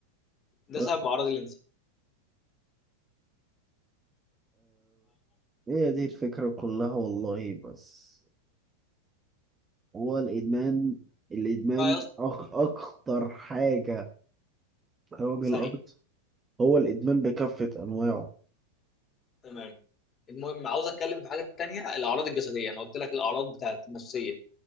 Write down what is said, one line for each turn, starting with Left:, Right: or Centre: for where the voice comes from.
Left: ده
Right: حاجة
Left: سبب اعراض الانسحاب
Right: هي دي
Left: ففي
Right: الفكرة كلها والله بس هو الإدمان الإدمان
Left: بقى يا اسطى
Right: أخ أخطر حاجة أو
Left: ثانيه
Right: الأرض هو الإدمان بكافة أنواعه
Left: تمام المهم عاوز اتكلم في حاجه تانيه الاعراض الجسديه انا قلت لك الاعراض بتاعت النفسيه